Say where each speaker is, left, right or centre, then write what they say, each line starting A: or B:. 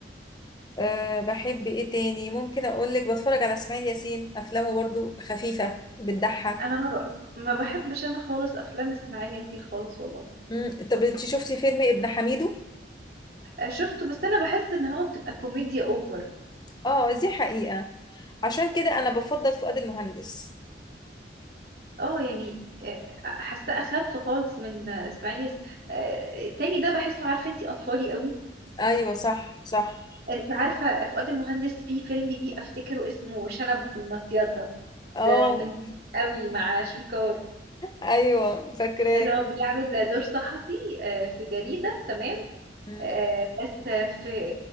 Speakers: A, on the left (about 25°); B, on the right (about 55°).
A: أه بحب ايه تاني ممكن اقولك بتفرج على اسماعيل ياسين افلامه برضو خفيفة بتضحك
B: انا ما ب- ما بحبش انا خالص افلام اسماعيل ياسين خالص والله
A: مم. طب انت شفتي فيلم ابن حميدو
B: آه، شفته بس انا بحس ان هو بتبقى كوميديا اوفر
A: اه دي حقيقة عشان كده انا بفضل فؤاد المهندس
B: اه يعني آه، حاساه اخف خالص من آه، اسماعيل ياسين آه، التاني ده بحسه عارفه انت اطفالي قوي
A: ايوه صح صح
B: انت عارفه آه، فؤاد المهندس في فيلم ليه افتكره اسمه شنب في المصيده
A: اه
B: ده من قوي مع شويكار
A: ايوه فاكراه
B: اللي هو بيعمل دور صحفي آه، في جريده تمام
A: مم.
B: آه، بس في